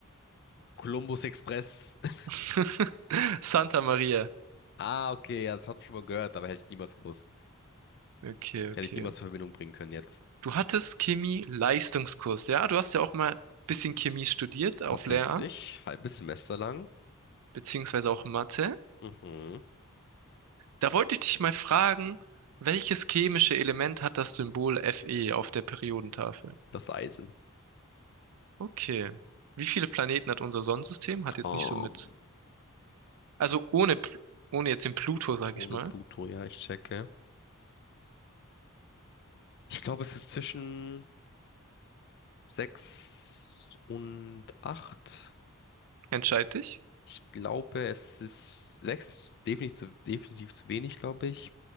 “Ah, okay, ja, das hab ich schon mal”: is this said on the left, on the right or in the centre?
Left